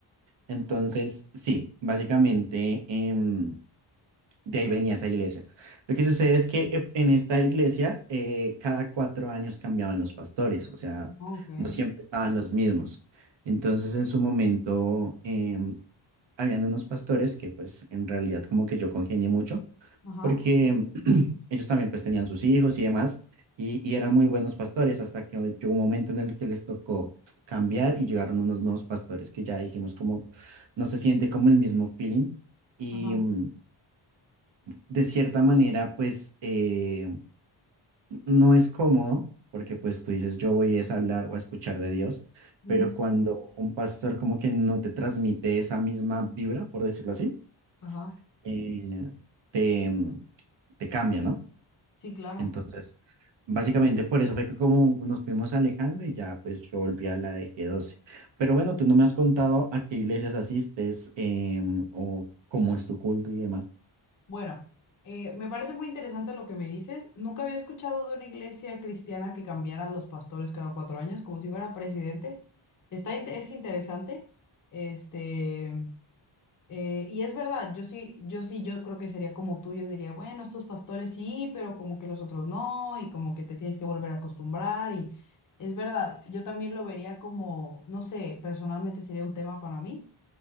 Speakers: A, on the right; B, on the left.
A: Entonces, sí, básicamente, em, De ahí venía esa iglesia. Lo que sucede es que eh, en esta iglesia eh, cada cuatro años cambiaban los pastores, o sea,
B: Oh, Ok,
A: no siempre estaban los mismos. Entonces en su momento em, habían unos pastores que pues en realidad como que yo congenié mucho
B: ajá,
A: porque em, ellos también pues tenían sus hijos y demás y, y eran muy buenos pastores hasta que llegó un momento en el que les tocó cambiar y llegaron unos nuevos pastores que ya dijimos como no se siente como el mismo feeling. Y,
B: ajá,
A: mm, de cierta manera, pues eh, no es cómodo, porque pues tú dices, yo voy es a hablar o a escuchar de Dios,
B: mm,
A: pero cuando un pastor como que no te transmite esa misma vibra, por decirlo así,
B: ajá,
A: eh, te, te cambia, ¿no?
B: sí, claro.
A: Entonces, básicamente por eso fue que como nos fuimos alejando y ya pues yo volví a la de G12. Pero bueno, tú no me has contado a qué iglesias asistes em, o cómo es tu culto y demás.
B: Bueno, eh, me parece muy interesante lo que me dices. Nunca había escuchado de una iglesia cristiana que cambiara los pastores cada cuatro años, como si fuera presidente. Está, inte- es interesante. Este, eh, y es verdad, yo sí, yo sí, yo creo que sería como tú, yo diría, bueno, estos pastores sí, pero como que los otros no, y como que te tienes que volver a acostumbrar. Y es verdad, yo también lo vería como, no sé, personalmente sería un tema para mí